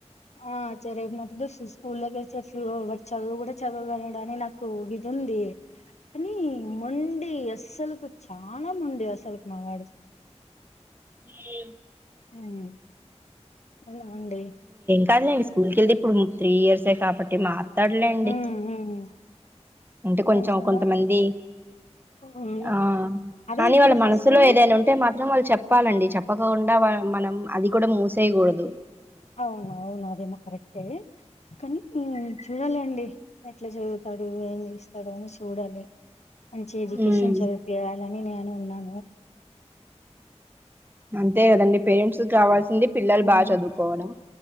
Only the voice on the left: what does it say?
ఆ చేరే మ ఎబిసిస్ స్కూల్లో చర్చి వాడు చదువు కూడా చదవగలడని నాకు ఇది ఉంది కానీ మొండీ అస్సలుకు చాలా మొండి అసలు తలకు మావాడు
ఆమ్ అవునా అండి
ఉమ్ ఉమ్
దాంట్లో
ఉమ్
అదే
ఇప్పుడు
ఫస్ట్
అవును అవును అదే మా కరెక్టే కానీ చూడలే అండి ఎట్లా చదువుతాడు ఏం చేస్తాడు అని చూడాలి మంచి ఎడ్యుకేషన్
చదువుపియాలిఅని నేను న్నాను
అవును